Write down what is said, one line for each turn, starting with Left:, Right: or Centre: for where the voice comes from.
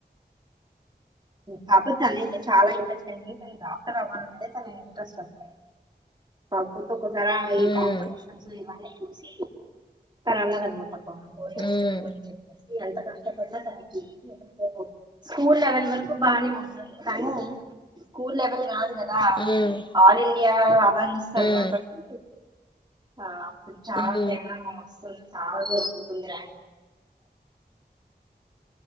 Right: కాకపోతే తనయితే చాలా ఇంట్రెస్ట్ అయి తను డాక్టర్ అవ్వాలనేది తన ఇంట్రెస్ట్ అస్సలు ప్రప్పుుతో ఒకస ఈ
Left: ఉమ్
Right: కాంపిటీషన్స్ ఇవన్నీ చూసి తను అన్నదనమా అబ్బా పోయేస్తు
Left: ఉమ్
Right: అని చెప్పేసి ఎంత కష్టపడిన దానికి కూ స్కూల్ లెవెల్ వరకు బానే ఉంటుంది. కానీ స్కూల్ లెవెల్ కాదు కదా
Left: ఉమ్
Right: ఆలీ ఇయలా ఏవో అమర్స్తారు
Left: ఉమ్
Right: కాబట్టి ఆ చాలా
Left: ఉమ్
Right: తేమమెమో వస్తుంది చాల దూరం ఉందర